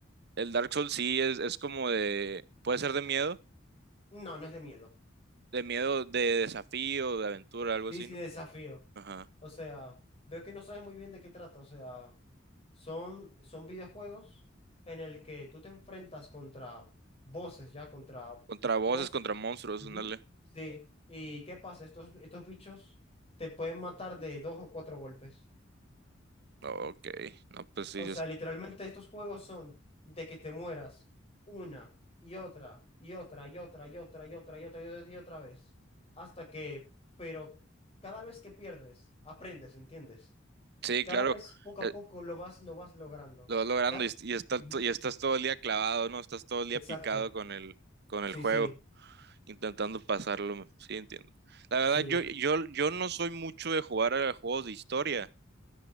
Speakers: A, on the right; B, on the left.
A: El Dark Souls sí es, es como de... Puede ser de miedo,
B: No, no es de miedo.
A: de miedo, de desafío, de aventura, algo
B: Sí,
A: así,
B: sí,
A: ¿no?
B: desafío.
A: Ajá.
B: O sea, veo que no sabes muy bien de qué trata. O sea, son, son videojuegos en el que tú te enfrentas contra voces, ya, contra
A: Contra voces,
B: voces.
A: contra monstruos,
B: Ujú.
A: ándale.
B: Sí. ¿Y qué pasa? Estos, estos bichos te pueden matar de dos o cuatro golpes.
A: Ok, no, pues sí,
B: O sea,
A: es-
B: literalmente estos juegos son de que te mueras una y otra y otra y otra y otra y otra y otra y otra y otra vez. Hasta que, pero cada vez que pierdes, aprendes, ¿entiendes?
A: sí,
B: Cada
A: claro,
B: vez poco
A: eh,
B: a poco lo vas, lo vas logrando.
A: lo vas logrando
B: Ca-
A: y, y estás,
B: Ujú.
A: to- y estás todo el día clavado, ¿no? Estás todo el día
B: Exacto.
A: picado con el, con
B: Sí,
A: el juego.
B: sí,
A: intentando pasarlo, sí entiendo. La verdad,
B: sí.
A: yo, yo, yo no soy mucho de jugar a juegos de historia.